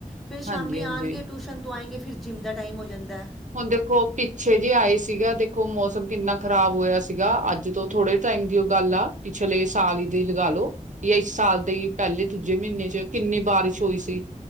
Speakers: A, in the centre; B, on the right (about 65°).
A: ਫਿਰ ਸ਼ਾਮੀ
B: ਹਾਂਜੀ-ਹਾਂਜੀ।
A: ਆਣਗੇ ਟੂਸ਼ਨ ਤੋਂ ਆਏਂਗੇ ਫਿਰ ਜਿੰਮ ਦਾ ਟਾਈਮ ਹੋ ਜਾਂਦੈ।
B: ਹੁਣ ਦੇਖੋ ਪਿੱਛੇ ਜੇ ਆਏ ਸੀਗਾ ਦੇਖੋ ਮੌਸਮ ਕਿੰਨਾ ਖ਼ਰਾਬ ਹੋਇਆ ਸੀਗਾ ਅੱਜ ਤੋਂ ਥੋੜੇ ਟੈਮ ਦੀ ਓ ਗੱਲ ਆ ਪਿਛਲੇ ਸਾਲ ਦੀ ਲਗਾ ਲੋ। ਯਾ ਇਸ ਸਾਲ ਦੇ ਪੈਲੇ ਦੂਜੇ ਮ੍ਹੀਨੇ 'ਚ ਕਿੰਨੀ ਬਾਰਿਸ਼ ਹੋਈ ਸੀ।